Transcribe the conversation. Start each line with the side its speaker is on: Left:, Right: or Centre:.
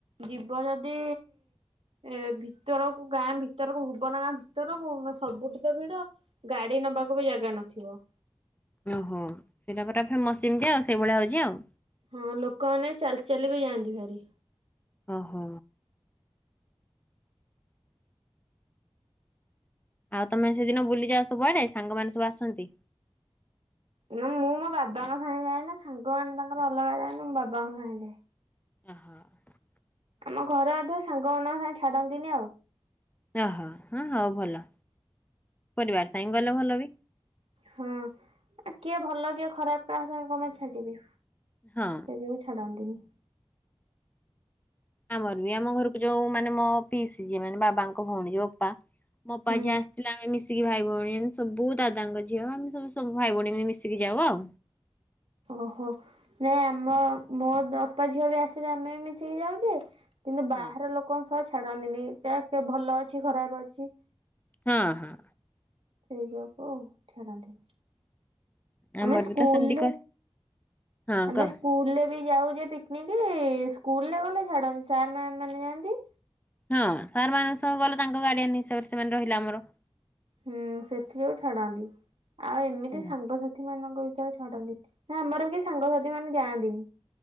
Right: ଯିବ ଯଦି ଏ ଭିତରକୁ ଗାଁ ଭିତରକୁ ଭୁବନ ଗାଁ ଭିତରକୁ ସବୁଠି ତ ଭିଡ। ଗାଡି ନବାକୁ ବି ଜାଗା ନଥିବ।
Left: ଓହୋ ସେଇଟା ପରା ଫେମୋଷ ସେମିତି ଆଉ ସେଇଭଳିଆ ହଉଛି ଆଉ।
Right: ହଁ ଲୋକ ମାନେ ଚାଲି ଚାଲି ବି ଯାଆନ୍ତି ଭାରି।
Left: ଓହୋ। ଆଉ ତମେ ସେଦିନ ବୁଲିଯାଅ ସବୁଆଡେ ସାଙ୍ଗମାନେ ସବୁ ଆସନ୍ତି?
Right: ନା ମୁଁ ମୋ ବାବାଙ୍କ ସାଙ୍ଗେ ଯାଏ ନା ସାଙ୍ଗମାନେ ତାଙ୍କର ଅଲଗା ଯାଆନ୍ତି ମୁଁ ବାବାଙ୍କ ସାଙ୍ଗେ ଯାଏ।
Left: <inaudible>
Right: ଆମ ଘରେ ଅଧ ସାଙ୍ଗମାନାଙ୍କ ସାଙ୍ଗେ ଛାଡନ୍ତିନି ଆଉ।
Left: ଓହୋ ହଁ ହଉ ଭଲ ପରିବାର ସାଙ୍ଗେ ଗଲେ ଭଲ ବି।
Right: ହଁ କିଏ ଭଲ କିଏ ଖରାପ କାହା ସାଙ୍ଗେ କନ ପାଇଁ ଛାଡିବେ?
Left: ହଁ।
Right: ସେଇ ଯୋଗୁଁ ଛାଡନ୍ତିନି।
Left: ଆମର ବି ଆମ ଘରକୁ ଯୋଉ ମାନେ ମୋ ପିସି ଯିଏ ମାନେ ବାବାଙ୍କ ଭଉଣୀ ଯୋଉ ଅପା ମୋ ଅପା
Right: ହୁଁ।
Left: ଯିଏ ଆସି ଥିଲା ଆମେ ମିଶିକି ଭାଇ ଭଉଣୀ ଆମେ ସବୁ ଦାଦା ଙ୍କ ଝିଅ ଆମେ ସବୁ ସବୁ ଭାଇ ଭଉଣୀ ମିଶିକି ଯାଉ ଆଉ।
Right: ଓହୋ ନାଇଁ ଆମ ମୋ ଅପା ଝିଅ ବି ଆସିଲେ ଆମେ ବି ମିଶିକି ଯାଉଯେ କିନ୍ତୁ ବାହାର
Left: ହଁ
Right: ଲୋକଙ୍କ ସହ ଛାଡନ୍ତିନି ତା ଭଲ ଅଛି ଖରାପ ଅଛି
Left: ହଁ ହଁ।
Right: ସେଇ ଯୋଗୁ ଛାଡ଼ନ୍ତିନି।
Left: ଆମର
Right: ଆମେ ସ୍କୁଲେ
Left: ବି ତ ସେମିତି କର ହଁ
Right: ଆମେ
Left: କହ
Right: ସ୍କୁଲରେ ବି ଯାଉଯେ ପିକ୍ ପିକନିକ୍ ସ୍କୁଲରେ ଗଲେ ଛାଡନ୍ତି ସାର୍ ମାମ ମାନେ ଯାଆନ୍ତି।
Left: ହଁ ସାର୍ ମାନେ ସହ ଗଲେ ତାଙ୍କ ଗାଡିଆନ ହିସାବରେ ସେମାନେ ରହିଲେ ଆମର।
Right: ହୁଁ ସେଥି ଯୋଗୁ ଛାଡନ୍ତି, ଆଉ ଏମିତି
Left: ହୁଁ
Right: ସାଙ୍ଗସା ସାଥି ମାନଙ୍କ ଭିତରେ ଛାଡନ୍ତି, ନା ଆମର ବି ସାଙ୍ଗସାଥି ମାନେ ଯାଆନ୍ତିନି